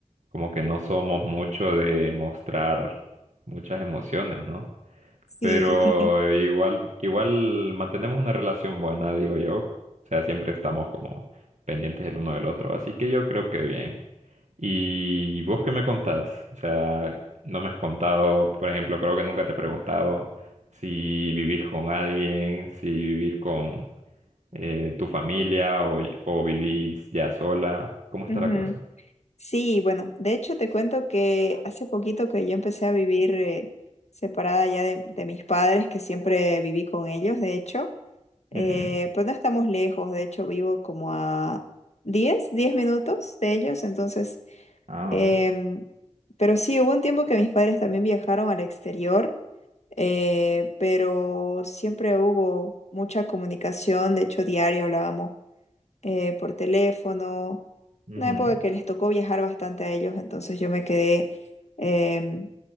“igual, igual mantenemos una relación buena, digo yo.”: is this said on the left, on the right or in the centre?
Right